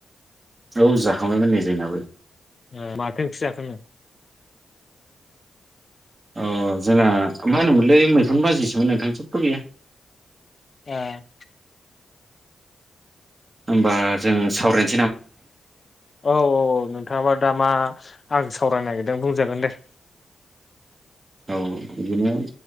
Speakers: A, on the right; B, on the left.
A: औ जाखांबायमोन नै जोंनाबो।
B: ए माथो ओंख्रि जाखोनो।
A: अ जोंना मा होनोमोनलै मैखुन बाजिसोमोन नोंथां जेबो गैया।
B: ए।
A: होमबा जों सावरायनो
B: औ औ औ नोंथाङाबा दामा आं सावरायनो नागिरदों बुंजागोन दे।
A: औ बिदिनो